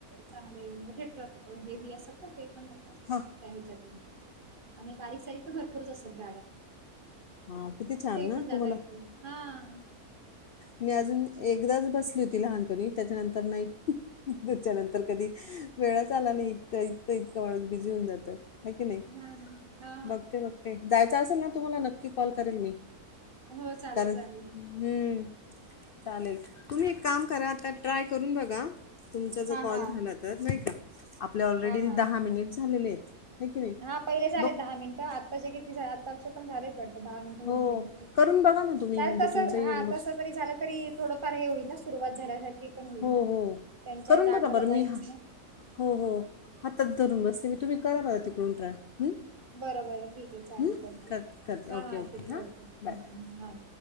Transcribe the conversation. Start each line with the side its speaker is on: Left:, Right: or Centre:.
Right: चांगले मोठे ट्रक हेवी असत ना ते पण जातात.
Left: हा.
Right: त्या हिच्यातून आणि बारीक साइड तर भरपूरच असत गाड्या
Left: हा किती छान
Right: ते
Left: ना
Right: पण जाता
Left: तुम्हाला
Right: येतं हां.
Left: मी अजून एकदाच बसली होती लहानपणी त्याच्यानंतर नाही त्याच्यानंतर कधी वेळाच आला नाही इतकं इतकं इतका माणस बिझी होऊन जातं नाही की नाही
Right: हा ना हा
Left: बघते बघ. ते जायचं असेल ना तुम्हाला नक्की कॉल करेल मी
Right: हो चालेल
Left: कारण.
Right: चालेल.
Left: हम्म चालेल तुम्ही एक काम करा आता ट्राय करून बघा. तुमचा ज
Right: हा
Left: कॉल
Right: हा
Left: झाला तर नाही का आपल्या ऑलरेडी
Right: हा हा
Left: दहा मिनिट झालेले आहेत. हाय की नाही
Right: हा पहिले झालेत
Left: बघ
Right: दहा मिनिटं आत्ताचे किती आत्ताचे पण झालेच. दहा मिनिट होऊन
Left: हो
Right: गेले
Left: करून बघा ना तुम्ही
Right: चाल
Left: म्हणजे
Right: तस
Left: तुमचंही
Right: हा तस तरील. तरी थोडंफार हे होईल ना सुरुवात झाल्यासारखी पण होईल
Left: हो
Right: ना
Left: हो
Right: त्यांच्या
Left: करून
Right: डाटाला
Left: बघा बरं मी
Right: जाईलच
Left: हा
Right: ना.
Left: हो हो हातात धरून बसते मी तुम्ही करा ब तिकडून ट्राय हं?
Right: बरं बरं ठीक आहे चालेल
Left: हं?
Right: करते
Left: कर करते
Right: हां
Left: ओके
Right: हां ठीक आहे ओके
Left: बाय
Right: ओके
Left: बाय
Right: हां